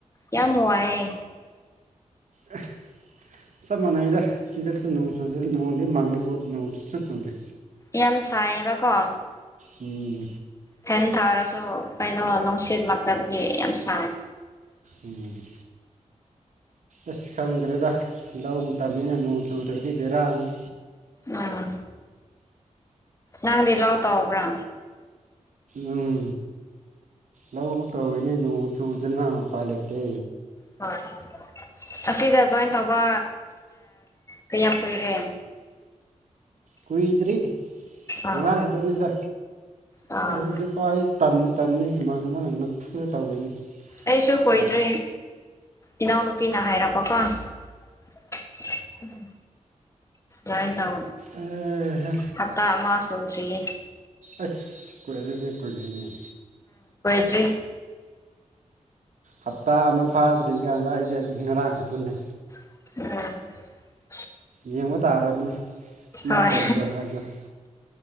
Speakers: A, on the left; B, on the right.
A: ꯌꯥꯝ ꯋꯥꯌꯦ
B: <inaudible> ꯆꯞ ꯃꯥꯟꯅꯩꯗꯦ ꯁꯤꯗꯁꯨ ꯅꯣꯡ ꯆꯨꯗꯦ ꯅꯣꯡꯗꯤ ꯃꯥꯡꯉꯤꯕꯨ ꯅꯣꯡ ꯁꯨꯛꯆꯨ ꯆꯨꯗꯦ
A: ꯌꯥꯝ ꯁꯥꯏꯌꯦꯕꯀꯣ
B: ꯎꯝ
A: ꯐꯦꯟ ꯊꯥꯔꯁꯨ ꯀꯩꯅꯣ ꯅꯨꯡꯁꯤꯠ ꯂꯥꯛꯇꯕꯒꯤ ꯌꯥꯝ ꯁꯥꯏ
B: ꯎꯝ ꯑꯁ ꯈꯪꯗ꯭ꯔꯦꯗ ꯂꯧ ꯃꯇꯝꯅꯤꯅ ꯅꯣꯡ ꯆꯨꯗ꯭ꯔꯗꯤ ꯕꯦꯔꯥꯅꯤ
A: ꯑꯥ ꯅꯪꯗꯤ ꯂꯧ ꯇꯧꯕ꯭ꯔꯥ
B: ꯎꯝ ꯂꯧ ꯇꯧꯔꯤꯅꯦ ꯅꯣꯡ ꯆꯨ ꯖꯅ ꯎꯄꯥꯏ ꯂꯩꯇꯦ
A: ꯍꫭꯏ ꯑꯁꯤꯗ ꯖꯣꯏꯟ ꯇꯧꯕ ꯀꯌꯥꯝ ꯀꯨꯏꯔꯦ
B: ꯀꯨꯏꯗ꯭ꯔꯤ
A: ꯑꯥ
B: ꯉꯔꯥꯡ ꯈꯛꯇꯅꯤꯗ
A: ꯑꯥ
B: ꯑꯗꯨ ꯐꯥꯎ ꯑꯩ ꯇꯟ ꯇꯟꯅꯤ ꯏꯃꯥꯟꯅꯕꯅ ꯅꯝꯐꯨꯗ ꯇꯧꯔꯤꯅꯤ
A: ꯑꯩꯁꯨ ꯀꯨꯏꯗ꯭ꯔꯤ
B: ꯀꯥꯏ
A: ꯏꯅꯥꯎꯅꯨꯄꯤꯅ ꯍꯥꯏꯔꯛꯄꯀꯣ ꯎꯝ ꯖꫭꯏꯟ ꯇꯧ
B: ꯑꯦꯍꯦ
A: ꯍꯞꯇꯥꯥ ꯑꯃ ꯁꯨꯗ꯭ꯔꯤꯌꯦ
B: ꯑꯁ ꯀꯣꯏꯔ ꯑꯗꯨꯗꯤ ꯀꯨꯈꯤꯗꯣꯏꯅꯦ
A: ꯗ꯭ꯔꯤ
B: ꯍꯞꯇꯥ ꯑꯃ ꯐꯥꯗ꯭ꯔꯤ ꯀꯥꯟꯗ ꯑꯩꯗꯤ ꯉꯔꯥꯡ ꯈꯛꯇꯅꯤ
A: ꯎꯝ
B: ꯌꯦꯡꯕ ꯇꯥꯔꯕꯅꯦ ꯀꯃꯥꯏꯅ
A: ꯍꯣꯏ
B: ꯇꯧꯕꯗꯣ ꯍꯥꯏꯕꯗꯣ